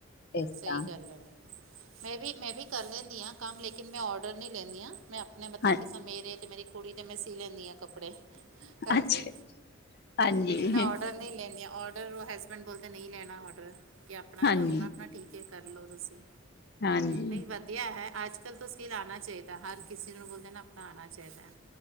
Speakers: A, on the left; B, on the right.
A: ਇਸ ਤਰਾ
B: ਸਹੀ ਗੱਲ ਹੈ ਮੈਂ ਵੀ ਮੈਂ ਵੀ ਕਰ ਲੈਂਦੀ ਹਾਂ ਕੰਮ ਲੇਕਿਨ ਮੈਂ ਔਡਰ ਨਹੀਂ ਲੈਂਦੀ ਹਾਂ ਮੈਂ ਆਪਣੇ ਮਤਲਬ
A: ਹਾਂ
B: ਕਿਸੇ ਮੇਰੇ ਤੇ ਮੇਰੀ ਕੁੜੀ ਤੇ ਮੈਂ ਸੀ ਲੈਂਦੀ ਹਾਂ ਕੱਪੜੇ। ਕਰਦੇ
A: ਅੱਛਾ ਹਾਂਜੀ
B: ਲੇਕਿਨ ਮੈਂ ਔਡਰ ਨਹੀਂ ਲੈਂਨੀ ਹਾਂ ਔਡਰ ਉਹ ਹੈ ਹਸਬੈਂਡ ਬੋਲਦੇ ਕੇ ਨਹੀਂ ਲੈਣਾ ਔਡਰ ਕਿ ਆਪਣਾ
A: ਹਾਂਜੀ
B: ਤੋਂ ਆਪਣ ਆਪਣਾ ਠੀਕ ਹੈ ਕਰ ਲਉ ਤੁਸੀਂ।
A: ਹਾਂਜੀ
B: ਨਹੀਂ ਵਧੀਆ ਹੈ। ਅੱਜ ਕਲ ਤਾਂ ਸਕਿੱਲ ਆਉਣਾ ਚਾਹੀਦਾ ਹਰ ਕਿਸੇ ਨੂੰ ਬੋਲਦੇ ਨਾ ਆਪਣਾ ਆਉਣਾ ਚਾਹੀਦਾ ਹੈ।